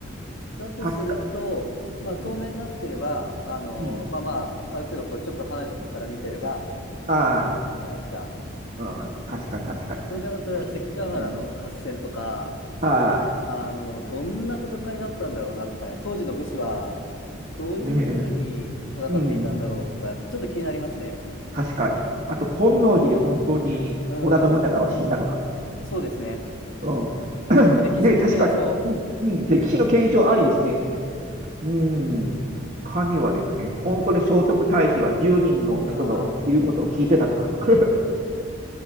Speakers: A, on the left; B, on the right.
A: だとすると、
B: 確か、
A: まあ透明になってれば、
B: うん、
A: あの、
B: うん。
A: まあまあ、ある程度こうちょっと離れたとこから見てれば
B: はい。
A: いいじゃないですか。
B: うん、確かに、確かに。
A: それで、例えば関ヶ原の合戦とか、
B: うん、は
A: あの、どんな戦いだったんだろうなとかね、当時の武士はどういうふうに戦っていたんだろうとか、
B: い。ねえ、うん。
A: ちょっと気になりますね。
B: 確かに。あと、本能寺で本当に織田信長は死んだのか。
A: うんうん。そうですね。
B: うん。<laughs>
A: 歴史の検証。
B: <coughs> で、確か、うんうん、歴史の検証ありですね。うん。他にはですね、本当に聖徳太子は1人の人の言うことを聞いてたのかとか。
A: ああ、はいはい。